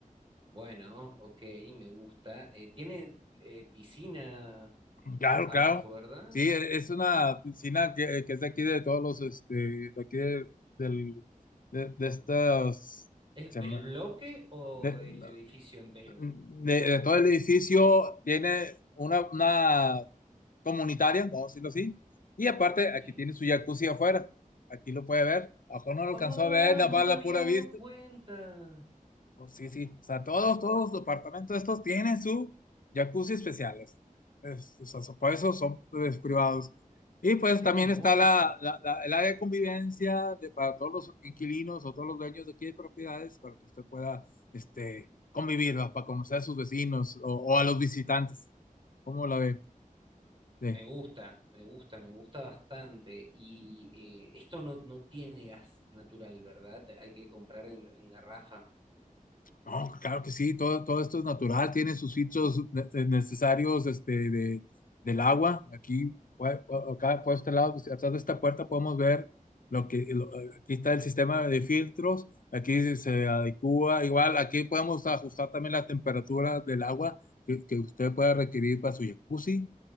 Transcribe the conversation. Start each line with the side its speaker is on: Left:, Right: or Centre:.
Right: Bueno, ok, me gusta. Eh, tiene eh, piscina
Left: Claro,
Right: abajo,
Left: claro.
Right: ¿verdad?
Left: Sí, e- es una piscina que, que es de aquí de todos los, este, de aquí de, del, de, de estas...
Right: ¿Es
Left: se
Right: del
Left: me-
Right: bloque o
Left: de-
Right: del edificio entero?
Left: Mm, de, de todo el edificio tiene una, una comunitaria, vamos a decirlo así, y aparte
Right: Ok.
Left: aquí tiene su jacuzzi afuera, aquí lo puede ver, abajo no lo
Right: ¡Ay,
Left: alcanzó a ver, nada
Right: no
Left: más
Right: me
Left: la
Right: había
Left: pura
Right: dado
Left: vista,
Right: cuenta!
Left: pues sí, sí. O sea, todos, todos los departamentos estos tienen su jacuzzi especiales. Es- o sea, so- por eso son pues, privados. Y pues
Right: ¡Qué
Left: también
Right: hermoso!
Left: está la, la- la- el área de convivencia de, para todos los inquilinos o todos los dueños de aquí de propiedades para que usted pueda este, convivir, ¿va? Para conocer a sus vecinos o, o a los visitantes. ¿Cómo la ve? Sí.
Right: Me gusta, me gusta, me gusta bastante. Y eh, esto no, no tiene gas natural, ¿verdad? Hay que comprar en, en garrafa.
Left: No, claro que sí, todo, todo esto es natural, tiene sus sitios ne- eh, necesarios este, de, del agua. Aquí, pue- acá por este lado, pues, atrás de esta puerta podemos ver lo que, lo- aquí está el sistema de filtros, aquí se, se adecua, igual aquí podemos ajustar también la temperatura del agua que, que usted pueda requerir para su jacuzzi.